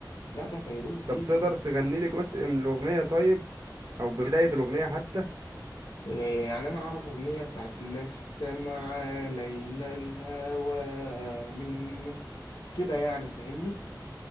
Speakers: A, on the left (about 80°); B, on the right (about 50°).
A: لا ده فيروز دي
B: طب تقدر تغني لي جزء من الأغنية طيب أو بداية الأغنية حتى
A: إيه، يعني انا اعرف اغنيه بتاعت نسم علينا الهوى من كده يعني فاهمني